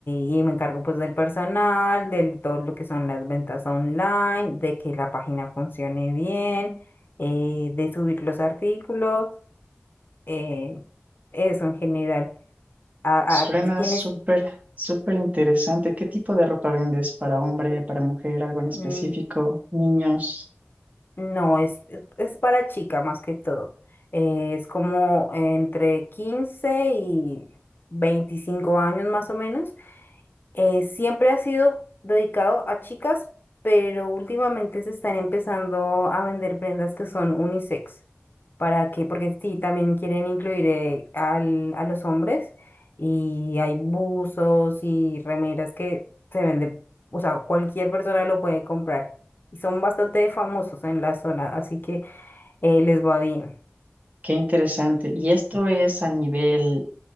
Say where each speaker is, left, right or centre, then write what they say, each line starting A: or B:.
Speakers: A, on the left; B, on the right.
A: y me encargo pues del personal, de todo lo que son las ventas online, de que la página funcione bien, eh, de subir los artículos, eh, eso en general. A-
B: suena
A: a- ¿y tienes,
B: súper, súper interesante. ¿Qué tipo de ropa vendes para hombre, para mujer, algo en específico,
A: mm,
B: niños?
A: No, es, es para chica más que todo. Eh, es como entre 15 y 25 años más o menos. Eh, siempre ha sido dedicado a chicas, pero últimamente se están empezando a vender prendas que son unisex. ¿Para qué? Porque sí, también quieren incluir eh, al- a los hombres y hay buzos y remeras que se venden, o sea, cualquier persona lo puede comprar. Y son bastante famosos en la zona, así que eh, les va bien.
B: Qué interesante. ¿Y esto es a nivel